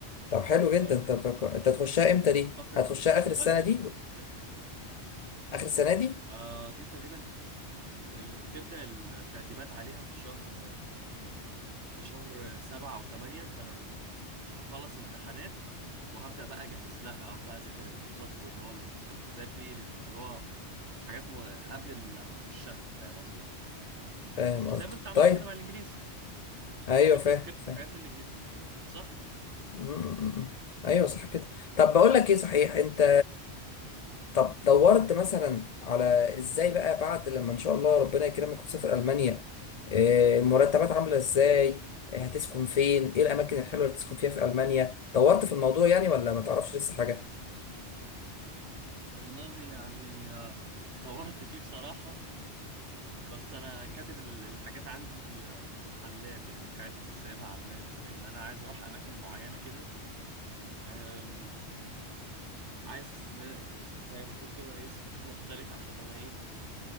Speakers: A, on the left; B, on the right.
A: طب حلو
B: ما انت
A: جدا طب ك- انت هتخشها
B: بس
A: امتى
B: فاعتقد
A: دي هتخشها اخر
B: لغايه
A: السنه دي
B: د-
A: اخر السنه دي
B: آه دي تقريبا ال- بتبدأ التقديمات عليها في شهر في شهر سبعة أو تمانية فأنا هخلص امتحانات وهبدأ بقى أجهز لها أقعد بقى أذاكر الكورسات واللي هو ال- ال- زي بري اللي هو حاجات م... قبل ال- ما أخشها فاهم قصدي؟
A: فاهم قصدك
B: زي ما أنت عملت
A: طيب
B: كده مع الإنجليزي
A: ايوه
B: مش أنت
A: فاهم
B: ذاكرت
A: فاهم
B: حاجات للإنجليزي صح؟
A: أمم، أمم، أمم. ايوه صح كده طب بقول لك ايه صحيح انت طب دورت مثلا على ازاي بقى بعد لما ان شاء الله ربنا يكرمك وتسافر المانيا آه، المرتبات
B: مم.
A: عامله ازاي آه، هتسكن فين ايه الاماكن الحلوه اللي تسكن فيها في المانيا دورت في الموضوع يعني ولا ما تعرفش لسه حاجه
B: والله يعني آه، دورت فيه بصراحة بس انا كاتب ال- الحاجات عندي آه، على اللاب يعني الحاجات سايبها على اللاب لان انا عايز اروح اماكن معينه كده أم، عايز ن- زي ما تقول كده ايه سفر <laughs> مختلف عشان انا ايه